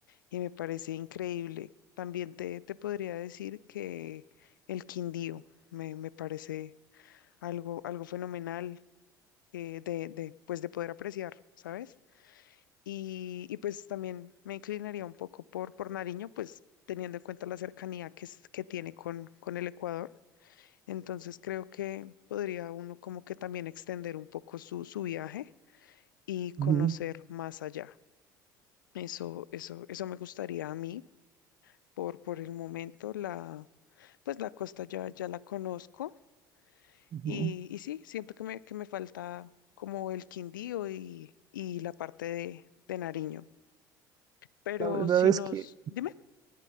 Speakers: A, on the left (about 75°); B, on the right (about 35°).
A: y me parece increíble. También te, te podría decir que el Quindío me, me parece algo, algo fenomenal eh, de, de, pues de poder apreciar, ¿sabes? Y, y pues también me inclinaría un poco por, por Nariño, pues teniendo en cuenta la cercanía que, es- que tiene con, con el Ecuador. Entonces creo que podría uno como que también extender un poco su, su viaje y conocer
B: Ujú,
A: más allá. Eso, eso, eso me gustaría a mí por, por el momento. La, pues la costa ya, ya la conozco.
B: ujú.
A: Y, y sí, siento que me, que me falta como el Quindío y, y la parte de, de Nariño. Pero
B: La verdad
A: si
B: es
A: nos,
B: que,
A: dime,